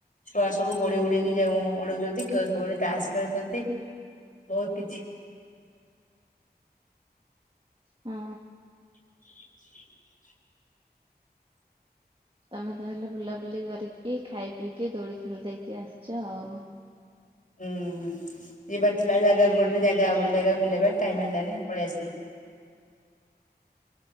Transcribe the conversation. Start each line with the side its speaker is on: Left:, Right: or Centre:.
Left: ଛୁଆ ସବୁ ଗୋଡି ଉଡେଇକି ଯାଉ ଉଡୋଉଚନ୍ତି କେ- କୋଉଠି ତାସ୍ ଖେଳୁଚନ୍ତି। ବହୁତ କିଛି
Right: ଅଁ,
Left: <inaudible>
Right: ତୋମେ ତାହେଲେ ବୁଲାବୁଲି କରିକି, ଖାଇ ପିଇକି ଦୋଳି ଖେଳ ଦେଇକି ଆସଚ ଆଉ।
Left: ଉଁ, ଯିବାର ଥିଲା ଜାଗା ଗୋଟେ ଜାଗା ଆଉ ଗୋଟେ ଜାଗା ବୁଲିଆ ପାଇଁ ଟାଇମ୍ ହେଲାନି ପଳେଇଆସିଲୁ।